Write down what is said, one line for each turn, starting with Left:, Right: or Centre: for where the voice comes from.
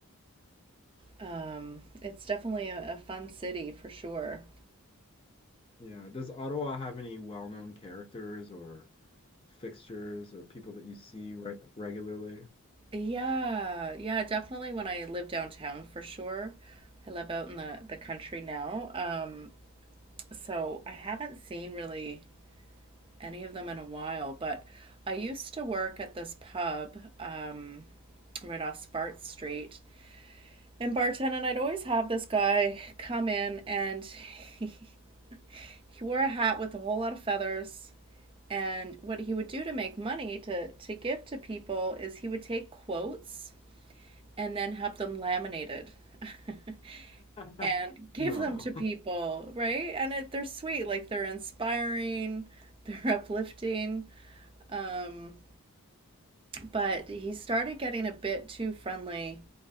Right: um, it's definitely a, a fun city for sure.
Left: Yeah. Does Ottawa have any well-known characters or fixtures or people that you see re regularly?
Right: Yeah. Yeah. Definitely when I live downtown for sure. I live out in the, the country now. Um, so I haven't seen really any of them in a while, but I used to work at this pub, um, right off Spart Street. in bartending, I'd always have this guy come in and <laughs> he, he wore a hat with a whole lot of feathers. And what he would do to make money to, to give to people is he would take quotes and then have them laminated <laughs>
Left: <laughs>
Right: and give
Left: No.
Right: them to people, right? And it, they're sweet, like they're inspiring, <laughs> they're uplifting. Um, but he started getting a bit too friendly